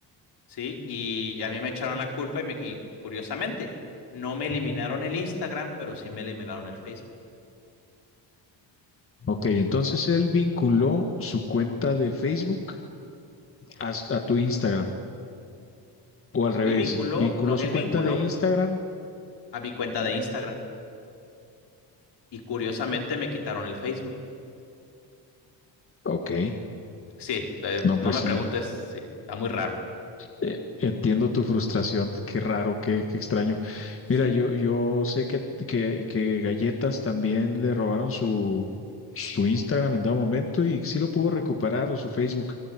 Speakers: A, on the left (about 65°); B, on the left (about 30°).
A: Sí, y a mí me echaron la culpa y, me, y curiosamente, no me eliminaron el Instagram, pero sí me eliminaron el Facebook.
B: Ok, entonces él vinculó su cuenta de Facebook a, a tu Instagram, o
A: No,
B: al revés,
A: él vinculó,
B: vinculó
A: no, él
B: su cuenta
A: vinculó
B: de Instagram.
A: a mi cuenta de Instagram y curiosamente me quitaron el Facebook.
B: Ok,
A: Sí, te-
B: no,
A: no
B: pues
A: me
B: sí.
A: preguntes, sí, está muy raro.
B: Eh, Entiendo tu frustración, qué raro, qué, qué extraño.
A: Sí.
B: Mira, yo, yo sé que, que, que Galletas también le robaron su, su Instagram en dado momento y sí lo pudo recuperar o su Facebook.